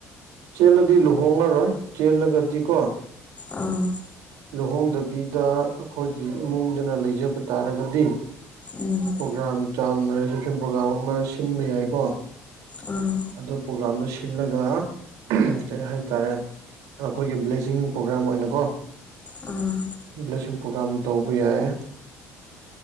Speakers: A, on the right (about 85°); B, on the left (about 25°).
A: ꯆꯦꯜꯂꯗꯤ ꯂꯨꯍꯣꯡꯉꯔꯣꯏ ꯆꯦꯜꯂꯒꯗꯤ ꯀꯣ
B: ꯑꯥ
A: ꯂꯨꯍꯣꯡꯗꯕꯤꯗ ꯑꯩꯈꯣꯏꯒꯤ ꯏꯃꯨꯡꯗꯨꯅ ꯂꯩꯖꯕ ꯇꯥꯔꯒꯗꯤ
B: ꯎꯝ
A: ꯄ꯭ꯔꯣꯒ꯭ꯔꯥꯝ ꯆꯥꯎꯅ ꯔꯤꯁꯦꯞꯁꯟ ꯄ꯭ꯔꯣꯒꯥ꯭ꯔꯥꯝ ꯑꯃ ꯁꯤꯟꯕ ꯌꯥꯏꯀꯣ
B: ꯑꯥ
A: ꯑꯗꯨ ꯄ꯭ꯔꯣꯒꯥꯝꯗ ꯁꯤꯜꯂꯒ ꯀꯩ ꯍꯥꯏꯇꯥꯔꯦ ꯑꯩꯈꯣꯏꯒꯤ ꯕ꯭ꯂꯦꯁꯤꯡ ꯄ꯭ꯔꯣꯒ꯭ꯔꯥꯝ ꯑꯣꯏꯅꯀꯣ
B: ꯑꯥ
A: ꯕ꯭ꯂꯦꯁꯤꯡ ꯄ꯭ꯔꯣꯒꯥꯝ ꯇꯧꯕ ꯌꯥꯏꯌꯦ